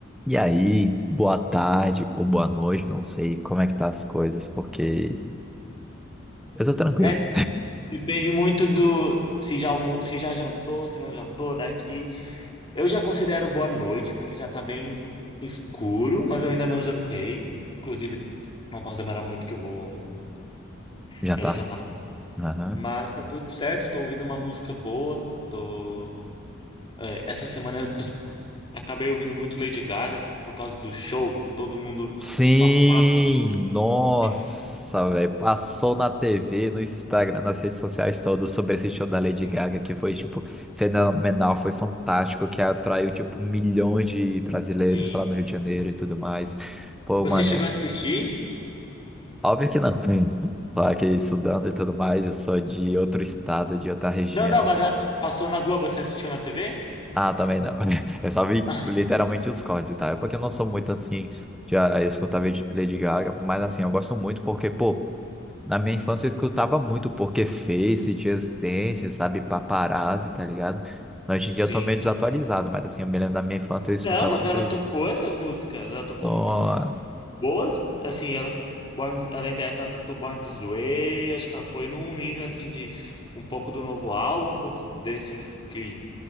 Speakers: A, in the centre; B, on the left.
A: E aí, boa tarde ou boa noite, não sei como é que tá as coisas, porque eu tô tranquilo.
B: É, depende muito do se já, almo- se já jantou, se não jantou, né? Que eu já considero boa noite, porque já tá bem escuro, mas eu ainda não jantei. Inclusive, não posso demorar muito que eu vou
A: Jantar?
B: querer jantar. não.
A: Aham.
B: Mas tá tudo certo, eu tô ouvindo uma música boa. Tô... é, essa semana eu tô- <laughs> acabei ouvindo muito Lady Gaga por causa do show. Todo mundo
A: Sim,
B: só fala
A: nossa,
B: assim.
A: velho, passou na TV, no Instagram, nas redes sociais todas sobre esse show da Lady
B: Sim.
A: Gaga, que foi, tipo, fenomenal, foi fantástico, que atraiu, tipo, milhões de brasileiros
B: Sim.
A: lá no Rio de Janeiro e tudo mais. Pô,
B: Você
A: mano,
B: chegou
A: é-
B: a assistir?
A: óbvio que não. Hum. Só que estudando e tudo mais, eu sou de outro estado, de outra região.
B: Não, não, mas a- passou na Globo, você assistiu na TV?
A: Ah, também não. <laughs> Eu só vi
B: <laughs>
A: literalmente os cortes, tá? É porque eu não sou muito assim, já escutava Lady Gaga, mas assim, eu gosto muito porque, pô, na minha infância eu escutava muito porque Face, Just Dance, sabe, Paparazzi, tá ligado? Hoje em
B: Sim.
A: dia eu tô meio desatualizado, mas assim, eu me lembro da minha infância eu escutava
B: Não, mas
A: muito
B: ela
A: isso.
B: tocou essas músicas. Ela tocou
A: Nossa.
B: boas, assim, ela, Born- além dessa, ela cantou Born This Way, acho que ela foi num nível, assim, de um pouco do novo álbum, um pouco desses que,